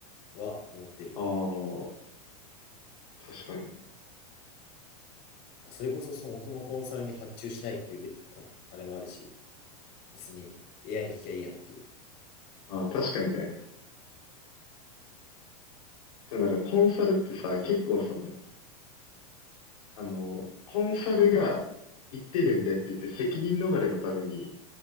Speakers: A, on the left; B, on the left.
A: は思ってる。
B: ああ、確かに。
A: それこそそもそもコンサルに発注しないっていうあれもあるし、別に AI に聞きゃいいやんっていう。
B: ああ、確かにね。でもなんかコンサルってさ、結構その、あの、コンサルが言ってるんでって言って責任逃れのために
A: うん。